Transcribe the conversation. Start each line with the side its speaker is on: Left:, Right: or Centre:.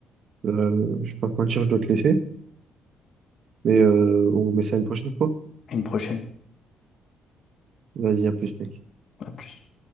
Right: Euh, je vais pas te mentir, je dois te laisser. Mais euh, on remet ça une prochaine fois.
Left: À une prochaine.
Right: Vas-y, à plus, mec.
Left: À plus.